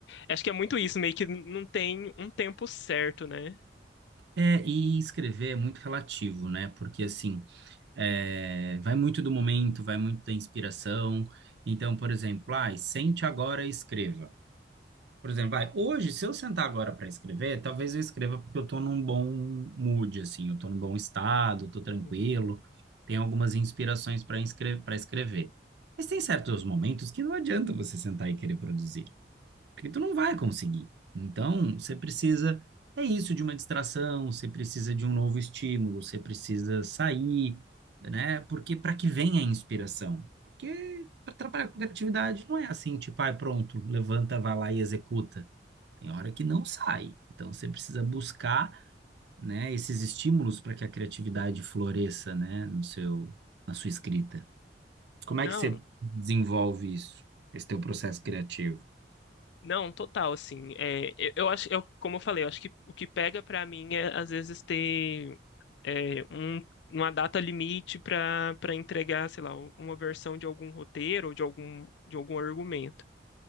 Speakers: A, on the left; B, on the right.
A: acho que é muito isso, meio que não tem um tempo certo, né?
B: É, e escrever é muito relativo, né? Porque assim, É, vai muito do momento, vai muito da inspiração. Então, por exemplo, ai, sente agora e escreva. Por exemplo, vai, hoje, se eu sentar agora para escrever, talvez eu escreva porque eu estou num bom mood, assim, eu estou num bom estado, estou tranquilo,
A: Uhum.
B: tenho algumas inspirações para escrever, para escrever. Mas tem certos momentos que não adianta você sentar e querer produzir porque tu não vai conseguir. Então, você precisa, é isso, de uma distração, você precisa de um novo estímulo, você precisa sair, né? Porque para que vem a inspiração? Porque para trabalhar com criatividade não é assim, tipo, ai, pronto, levanta, vai lá e executa. Tem hora que não sai. Então, você precisa buscar, né, esses estímulos para que a criatividade floresça, né, no seu, na sua escrita. Como
A: Não,
B: é que você desenvolve isso, esse teu processo criativo?
A: Não, total, assim, é, eu, eu acho, eu, como eu falei, eu acho que o que pega pra mim é, às vezes, ter é, um, uma data limite pra para entregar, sei lá, um, uma versão de algum roteiro ou de algum, de algum argumento.